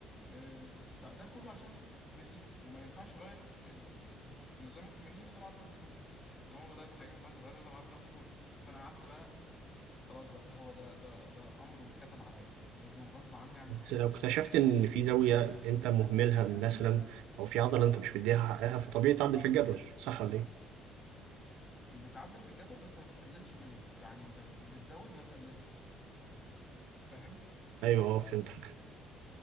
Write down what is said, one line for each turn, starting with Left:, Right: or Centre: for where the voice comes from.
Left: آه، فده كله عشان اشوف نتيجه وما ينفعش اغير ال- ال- نظام التمرين الا بعد ثلاث شهور طالما بدات حاجه ما ينفعش اغيرها الا بعد ثلاث شهور فانا قعدت بقى خلاص بقى هو ده ده ده امر واتكتب عليا لازم غصب عني اعمل
Right: بس
Left: كده
Right: لو اكتشفت ان في زاويه انت مهملها مثلا او في عضله انت مش مديها حقها فطبيعي تعدل في الجدول صح ولا ايه
Left: بتعدل في الجدول بس ما بتقللش منه يعني انت بتزود ما تقللش فاهم
Right: ايوه اه فهمتك